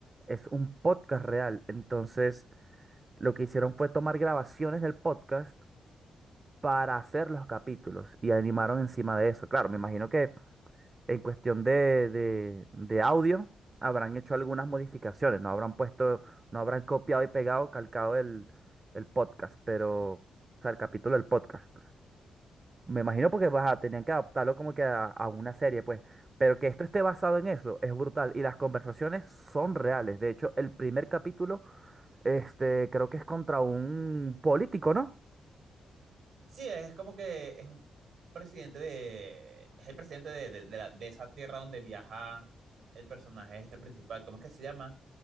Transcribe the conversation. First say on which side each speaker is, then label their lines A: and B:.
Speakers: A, on the right; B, on the right.
A: es un podcast real. Entonces. Lo que hicieron fue tomar grabaciones del podcast para hacer los capítulos y animaron encima de eso. Claro, me imagino que en cuestión de, de, de audio habrán hecho algunas modificaciones, no habrán puesto, no habrán copiado y pegado, calcado el, el podcast, pero, o sea, el capítulo del podcast. Me imagino porque baja, tenían que adaptarlo como que a, a una serie, pues. Pero que esto esté basado en eso es brutal y las conversaciones son reales. De hecho, el primer capítulo, este, creo que es contra un político, ¿no?
B: Sí, es como que es un presidente de... Es el presidente de, de, de la- de esa tierra donde viaja el personaje este principal. ¿Cómo es que se llama?